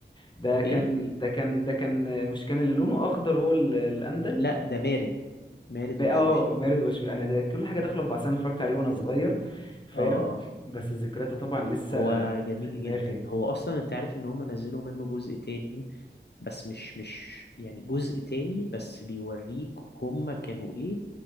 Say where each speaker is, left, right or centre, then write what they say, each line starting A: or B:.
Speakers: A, on the left; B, on the left.
A: ده كان
B: ايه
A: ده كان ده كان مش كان اللي لونه اخضر هو ال- الاندل
B: لا ده مارد مارد
A: اه
B: وشوشني
A: مارد وشوش انا ده كل حاجة داخلة في بعض انا اتفرجت عليه وانا صغير فاهم
B: اه اه
A: بس ذكرياته طبعا لسه
B: هو جميل
A: في دماغي
B: جدا هو اصلا انت عارف ان هم نزلوا منه جزء تاني بس مش مش يعني جزء تاني بس بيوريك هما كانوا ايه